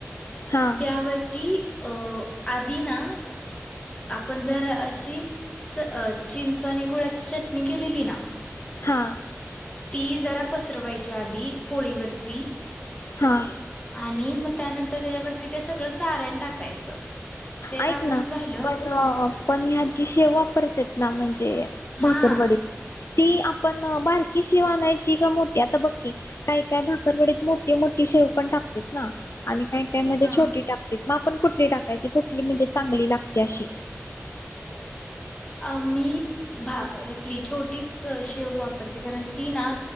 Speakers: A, on the left; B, on the left.
A: हा
B: त्यावरती अ आधी ना आपण जरा अशी चिंच आणि गुळाची चटणी केलेली ना
A: हा.
B: ती जरा पसरवायच्या आधी पोळीवरती
A: हा.
B: आणि मग त्यानंतर त्याच्यावरती ते सगळं सारण टाकायचं. ते
A: ऐक
B: टाकून
A: ना
B: झालं
A: पण पण ह्या जी शेव वापरत दम भाकरवाडीत
B: हा
A: ती पण बारकी शेव आणायची का मोठी? आता बघ की काही काय भाकररवडीत मोठी मोठी शेव पण टाकते ना आणि काय काय मध्ये
B: हा
A: छोटी टाकते म पण कुठली टाकायची? कु म्हणजे चांगली लागते अशी
B: अ मी आपली छोटीच शेव वापरते कारण ती ना